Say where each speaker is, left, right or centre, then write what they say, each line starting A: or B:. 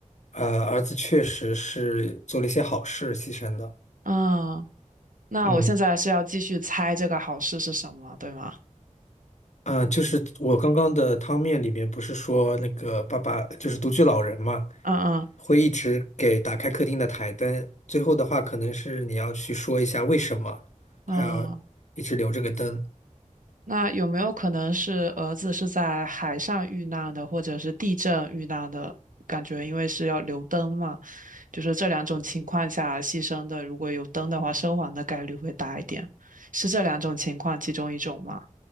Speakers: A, on the left (about 60°); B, on the right (about 80°).
A: 呃，儿子确实是做了一些好事，牺牲的。
B: 啊！那我现在是要继续猜这个好事是什么，
A: 嗯
B: 对吗？
A: 嗯，呃就是我刚刚的汤面里面不是说那个爸爸就是独居老人嘛，
B: 嗯嗯
A: 会一直给打开客厅的台灯。最后的话，可能是你要去说一下为什么他要一直留这个灯。
B: 嗯那有没有可能是儿子是在海上遇难的，或者是地震遇难的？感觉因为是要留灯嘛，就是这两种情况下牺牲的，如果有灯的话，生还的概率会大一点。是这两种情况其中一种吗？